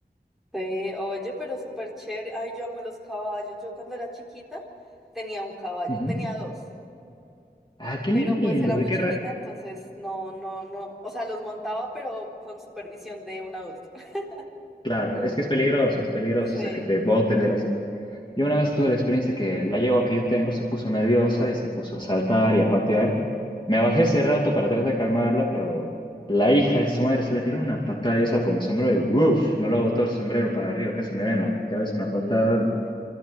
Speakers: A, in the centre; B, on the left.
A: Sí, oye, pero súper chévere. Ay, yo amo los caballos. Yo cuando era chiquita tenía un caballo,
B: Ujú.
A: tenía dos,
B: Ah, qué
A: pero
B: lindo,
A: pues era muy
B: de qué
A: chiquita,
B: ra-
A: entonces no, no, no. O sea, los montaba, pero con supervisión de un adulto. <laughs>
B: Claro, es que es peligroso, es peligroso,
A: Sí.
B: o sea, que te boten de la... si-, Yo una vez tuve la experiencia que la yegua que yo tengo se puso nerviosa y se puso a saltar y a patear. Me bajé ese rato para tratar de calmarla, pero la hija de su madre se le tiró una patada y usaba como sombrero y ¡uf! Me lo botó el sombrero para arriba, casi me da en la cabeza una patada.
A: Sí.